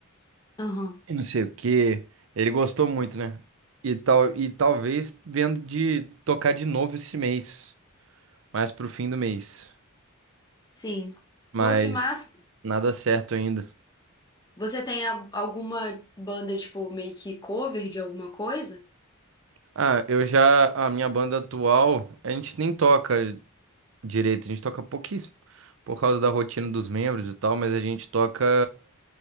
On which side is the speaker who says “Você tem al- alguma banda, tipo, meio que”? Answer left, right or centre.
Left